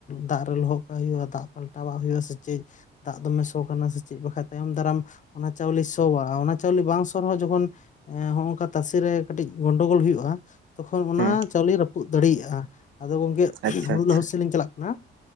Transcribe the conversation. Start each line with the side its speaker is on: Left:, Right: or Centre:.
Left: ᱫᱟᱜ ᱨᱮ ᱞᱚᱦᱚᱫ ᱠᱟᱜ ᱦᱩᱭᱩᱜᱼᱟ ᱫᱟᱜ ᱯᱟᱞᱴᱟᱣᱟᱜ ᱦᱩᱭᱩᱜᱼᱟ ᱥᱮ ᱪᱮᱫ ᱫᱟᱜ ᱫᱚᱢᱮ ᱥᱚ ᱠᱟᱱᱟ ᱥᱮ ᱪᱮᱫ ᱵᱟᱠᱷᱟᱱ ᱛᱟᱭᱚᱢ ᱫᱟᱨᱟᱢ ᱚᱱᱟ ᱪᱟᱣᱞᱮ ᱥᱚᱣᱼᱟ ᱚᱱᱟ ᱪᱟᱣᱞᱮ ᱵᱟᱝ ᱥᱚ ᱨᱮᱦᱚᱸ ᱡᱚᱠᱷᱚᱱ ᱚᱝᱠᱟ ᱛᱟᱥᱮ ᱨᱮ ᱠᱟᱹᱴᱤᱡ ᱜᱚᱱᱰᱚᱜᱳᱞ ᱦᱩᱭᱩᱜᱼᱟ ᱛᱚᱠᱷᱚᱱ ᱚᱱᱟ
Right: ᱦᱩᱸ
Left: ᱪᱟᱣᱞᱮ ᱨᱟᱹᱯᱩᱫ ᱫᱟᱲᱮᱭᱟᱜᱼᱟ ᱟᱫᱚ ᱜᱚᱝᱠᱮ
Right: ᱟᱪᱪᱷᱟ
Left: ᱦᱩᱲᱩ
Right: ᱟᱪᱪᱷᱟ
Left: ᱞᱚᱦᱩ ᱥᱮᱫ ᱞᱤᱧ ᱪᱟᱞᱟᱜ ᱠᱟᱱᱟ